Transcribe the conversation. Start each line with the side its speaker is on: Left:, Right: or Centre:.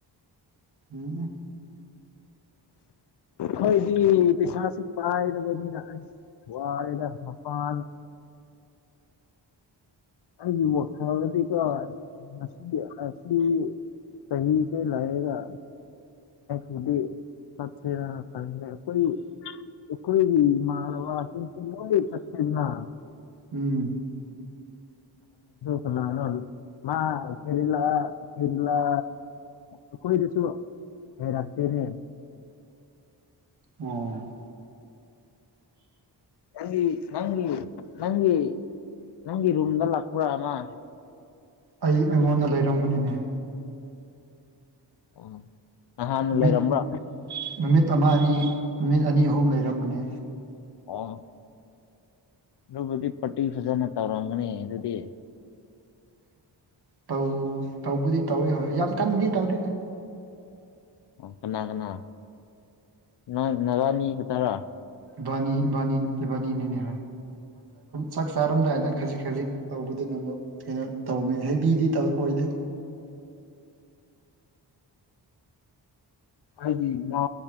Right: ꯎꯝ
Left: ꯍꯣꯏꯗꯤ ꯄꯩꯁꯥꯁꯨ ꯄꯥꯏꯗꯅꯤ ꯂꯥꯛ ꯋꯥꯔꯗ ꯍꯥꯄꯥꯜ ꯑꯩꯒꯤ ꯋꯥꯈꯗꯤꯀ ꯍꯁꯤ ꯍꯥꯁꯤ ꯁꯍꯤꯁꯦ ꯂꯑꯒ ꯃꯗꯤ ꯈꯔ ꯀꯣꯏ ꯎꯈꯣꯏ ꯃꯥꯔꯋꯥ ꯂ ꯂꯩ ꯆꯛꯇꯅꯥ
Right: ꯎꯝ
Left: ꯁꯨꯂꯅ ꯃꯥ ꯀꯔꯤ ꯀꯔꯤꯂ ꯑ ꯀꯣꯏꯗꯁꯨ ꯍꯔꯥꯛꯇꯅꯦ
Right: ꯑꯣ
Left: ꯪ ꯅꯪ ꯅꯪ ꯅꯪ ꯔꯝꯗ ꯂꯥꯛꯄꯔꯃ
Right: ꯑꯩ ꯑꯩꯉꯣꯟꯗ ꯂꯩꯔꯝꯕꯅꯤꯅꯦ
Left: ꯎ ꯅꯍꯥꯟꯅ
Right: ꯅꯨꯃꯤꯠ
Left: ꯂꯩꯔꯝꯕ꯭ꯔꯣ
Right: ꯅꯨꯃꯤꯠ ꯑꯃ ꯑꯅꯤ ꯅꯨꯃꯤꯠ ꯑꯅꯤ ꯑꯍꯨꯝ ꯂꯩꯔꯝꯕꯅꯦ
Left: ꯑꯥ ꯑꯗꯨꯕꯨꯗꯤ ꯄꯇꯤ ꯐꯖꯅ ꯇꯧꯔꯝꯒꯅꯤ ꯑꯗꯨꯗꯤ
Right: ꯇꯧ ꯇꯧꯕꯗꯤ ꯇꯧꯋꯤ ꯍꯣꯏ ꯌꯥꯝ ꯀꯟꯗꯤ ꯇꯧꯗꯗ
Left: ꯀꯅꯥ ꯀꯅꯥ ꯅ ꯅꯔꯅꯤ ꯀ ꯇꯔ
Right: ꯏꯕꯥꯅꯤ ꯏꯕꯥꯅꯤ ꯏꯕꯥꯅꯤꯅꯤꯅꯦ ꯍꯣꯏ ꯆꯥꯛ ꯆꯥꯔꯝꯗꯥꯏꯗ ꯈꯖꯤꯛ ꯈꯖꯤꯛ ꯇꯧꯕꯗꯨ ꯅꯝꯕ ꯀꯩꯅꯣ ꯇꯧꯅꯤ ꯍꯩꯕꯤꯗꯤ ꯑꯣꯏꯗꯦ
Left: ꯑꯩꯗꯤ ꯃꯥ